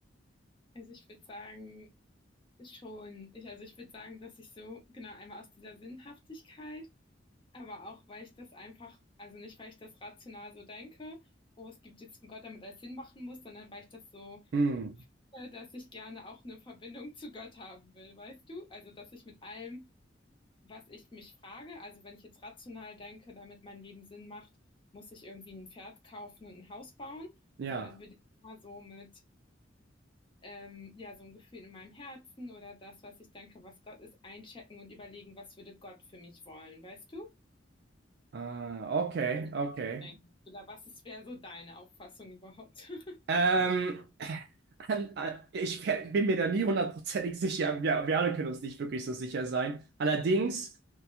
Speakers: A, on the left; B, on the right.
A: Also ich würde sagen, schon, ich, also ich würde sagen, dass ich so, genau, einmal aus dieser Sinnhaftigkeit Aber auch, weil ich das einfach, also nicht, weil ich das rational so denke, oh, es gibt jetzt einen Gott, damit alles Sinn machen muss, sondern weil ich das so,
B: Hm,
A: äh, dass ich gerne auch eine Verbindung zu Gott haben will, weißt du? Also, dass ich mit allem, was ich mich frage, also wenn ich jetzt rational denke, damit mein Leben Sinn macht, muss ich irgendwie ein Pferd kaufen und ein Haus bauen.
B: ja.
A: Und dann bin ich immer so mit, ähm, ja, so ein Gefühl in meinem Herzen oder das, was ich denke, was Gott ist, einchecken und überlegen, was würde Gott für mich wollen, weißt du?
B: Ah, okay,
A: Oder
B: okay.
A: denken. Oder was ist, wäre so deine Auffassung überhaupt? <laughs>
B: Ähm, <laughs> an- an- ich wär- bin mir da nie hundertprozentig sicher. Ja, wir alle können uns nicht wirklich so sicher sein. Allerdings.